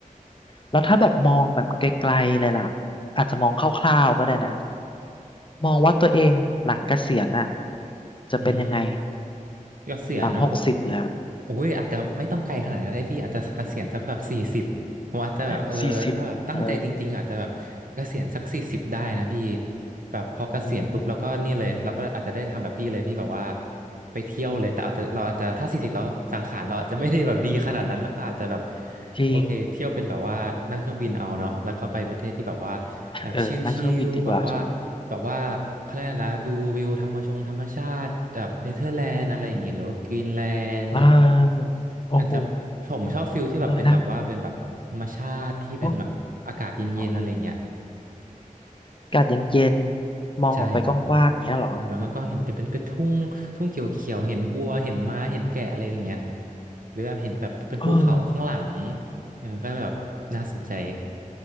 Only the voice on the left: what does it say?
แล้วถ้าแบบมองแบบไกลๆเลยล่ะอาจจะมองคร่าวๆก็ได้นะมองว่าตัวเองหลังเกษียณอ่ะจะเป็นยังไง
หลังหกสิบแล้ว
<laughs> สี่สิบเออ
อือหือ
จริง
เออนั่งเครื่องบินดีกว่าถูก
อ่าโอ้โห
เออนะก็อ๋ออากาศเย็นๆมองออกไปกว้างๆอย่างเงี้ยเหรอ
เออ